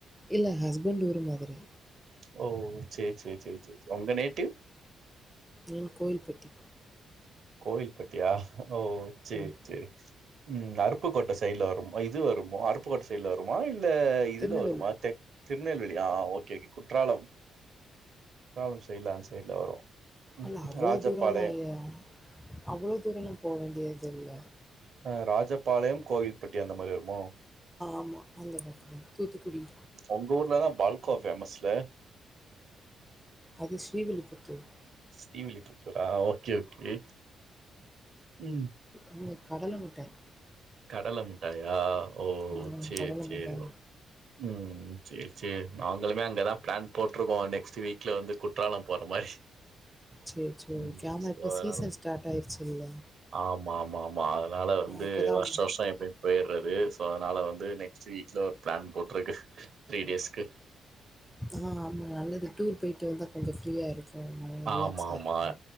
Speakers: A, in the centre; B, on the right (about 55°).
A: இல்ல ஹஸ்பண்ட் ஊரு மதுரை
B: ஓ சேர் சேர் சேர் சேரி உங்க நேட்டிவ்
A: எனக்கு கோவில்ப்பட்டி
B: கோவில்ப்பட்டியா ஓ சேர்
A: ம்.
B: சேரி ம் அருப்புக்கோட்டை சைட்ல வரும் இது வருமோ அருப் புக்கோட்டை சைட்ல வருமா இல்ல இதுல
A: திருநெல்வேலி,
B: வருமா தெ திருநெல்வேலி ஆ ஓகே ஓகே குற்றாலம் குற்றாலம் சைட்ல அந்த சைட்ல வரு ம்
A: அது அவ்வளோ
B: ராஜபாளையம்
A: தூரோல்லா இல்ல ஐய அவ்வளோ தூரோல்லா போ வேண்டியதில்ல
B: அ ராஜபாளையம் கோயில்ப்பட்டி அந்த மாதிரி வருமோ
A: ஆமா. அந்த பக்கம் தான். தூத்துக்குடி.
B: உங்க ஊர்லதா பால்கோவா ஃபேமஸ்ல
A: அது ஸ்ரீவில்லிப்புத்தூர்
B: ஸ்ரீவில்லிப்புத்தூர்ரா ஓகே ஓகே ம்
A: இங்க கடல மிட்டாய்
B: கடல மிட்டாயா ஓ
A: ஆமாம்
B: சேரி
A: கடலை
B: சேரி
A: மிட்டாய்
B: ஓ ம் சேரி சேரி நாங்களுமே அங்கதா ப்ளான் போட்டிருக்கோ நெக்ஸ்ட் வீக்ல வந்து குற்றாலம் போற மாரி
A: சேரி சேரி
B: ம்
A: ஓகே ஆமா
B: சோ
A: இப்ப
B: அதனால
A: சீசன் ஸ்டார்ட் ஆயிருச்சுல்ல
B: ஆமா ஆமா ஆமா அதனால வந்து
A: இப்போ தான்
B: வர்ஷோ வர் ஷோ எப்டியு பொயிட்றது சோ அதனால வந்து நெக்ஸ்ட் வீக்ல ஒரு ப்ளான் போட்டிருக்கு த்ரீ டேஸ்க்கு
A: ஆ ஆமா நல்லது டூர் பொய்ட்டு வந்தா கொஞ்சோ ஃப்ரீயா இருக்கு மைண்ட்
B: ஆமா,
A: ரிலாக்ஸா
B: ஆமா.
A: இருக்கு